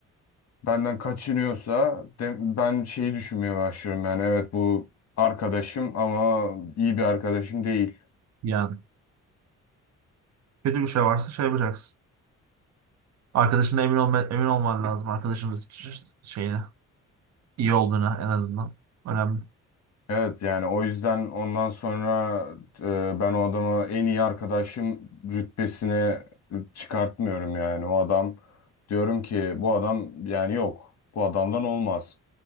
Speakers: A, on the left (about 60°); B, on the right (about 60°).
A: benden kaçınıyorsa de- ben şeyi düşünmeye başlıyorum yani evet bu arkadaşım ama iyi bir arkadaşım değil.
B: Yani kötü bir şey varsa şey yapacaksın. Arkadaşına emin olma, emin olman lazım arkadaşının şeyine iyi olduğuna en azından önemli.
A: Evet yani o yüzden ondan sonra e, ben o adamı en iyi arkadaşım rütbesine çıkartmıyorum yani o adam diyorum ki bu adam yani yok bu adamdan olmaz.